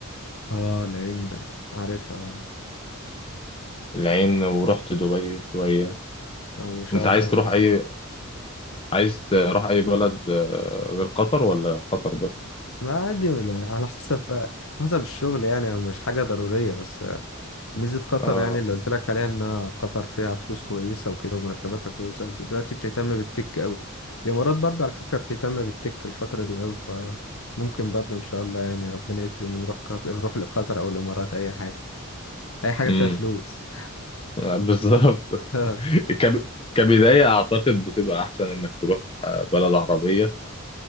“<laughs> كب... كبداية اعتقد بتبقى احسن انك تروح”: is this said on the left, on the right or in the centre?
Left